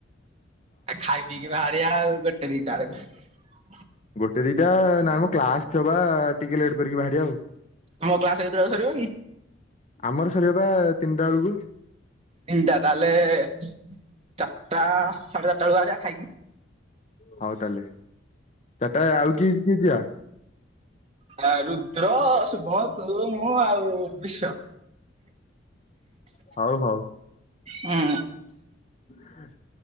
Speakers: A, on the right (about 30°); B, on the left (about 35°).
A: ଆଉ ଖାଇ ପିଇକି ବାହାରିଆ ଆଉ ଗୋଟ ଗୋଟେ ଦିଟା ବେଳକୁ।
B: ଗୋଟେ ଦିଟା ନାଇମ କ୍ଲାସ ଥିବା-ଆ-ଆ-ଆ ଟିକେ ଲେଟ୍ କରିକି ବାହାରିଆ ଆଉ।
A: ତମ କ୍ଲାସ କେତବେଳେ ସରିବ କି?
B: ଆମର ସରିବ ପା ତିନିଟା ବେଳକୁ।
A: ତିନଟା ତାହେଲେ-ଏ-ଏ-ଏ ଚାରିଟା ସାଢେ ଚାରିଟା ବାହାରିବା ଖାଇକି।
B: ହଉ ତାହେଲେ। ଚାରଟା ଆ ଆଉ କିସ୍ କିଏ ଯିବା?
A: ଆ ରୁଦ୍ର, ଶୁଭ, ତୁ ମୁ ଆଉ ବିଶ୍ୱ।
B: ହଉ ହଉ।
A: ହଁ।
B: ହ-